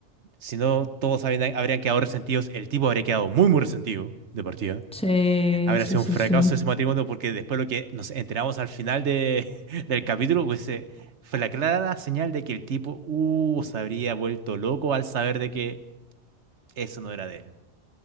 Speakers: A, on the right; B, in the centre.
A: si no todos habrían, habrían quedado resentidos, el tipo habría quedado muy muy resentido de partida.
B: Sí,
A: Habría
B: sí,
A: sido
B: sí,
A: un fracaso
B: sí.
A: ese matrimonio porque después lo que nos enteramos al final de, <laughs> del capítulo pues, eh, fue la clara señal de que el tipo uh, se habría vuelto loco al saber de que eso no era de él.